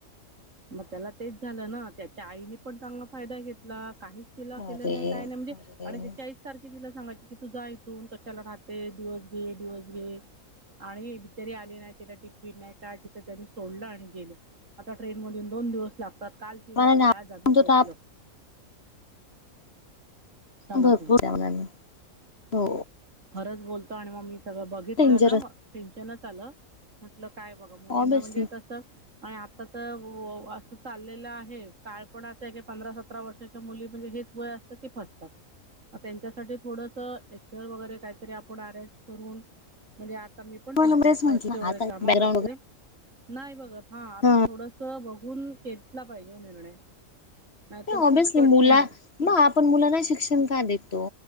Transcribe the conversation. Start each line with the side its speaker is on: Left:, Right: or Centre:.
Right: मग त्याला तेच झालं ना त्याच्या आईने पण चांगला फायदा घेतला. काही तिला केलं
Left: अरे
Right: नाही काय
Left: अरे
Right: नाही म्हणजे आणि त्याची आई सारखी तिला सांगायची कि तू जा इथून कशाला राहते डिओस घे-डीओस घे आणि ही बिचारी आले नाही, त्याला टिफिन नाही काय तिथं त्यांनी सोडलं आणि गेलं ट्रेनमधून दोन दिवस लागतात काल ती बसली
Left: मला ना म्हणतो
Right: आज आम्ही पोहोचलो
Left: तर आपण
Right: सांगा
Left: भरपूर
Right: तुम्ही
Left: ठवणार <unintelligible> नाही हो
Right: खरंच बोलतो आणि मग मी सगळं बघितलं
Left: डेंजरस
Right: ना टेन्शनच आलं. म्हटलं काय बघा मुलींना
Left: ऑबियसली
Right: म्हणजे तसं आणि आता तर असं चाललेलं आहे काळ पण असं आहे की पंधरा सतरा वर्ष च्या मुली म्हणजे हेच वय असतं ते फसतात, त्यांच्यासाठी थोडस वगैरे काहीतरी आपण अरेंज करून म्हणजे आता मी पण
Left: मला
Right: थोडी
Left: बरेच
Right: काही ट्रस्टची
Left: म्हटलं
Right: वगैरे
Left: आता
Right: कामं
Left: बॅकग्राउंड
Right: करते. नाही बघत हा
Left: वगैरे
Right: आता थोडस बघून घेतला पाहिजे निर्णय नाही तर
Left: ऑबियसली
Right: खूप कठीण
Left: मुला
Right: आहे.
Left: मग आपण मुलांना हे शिक्षण का देतो?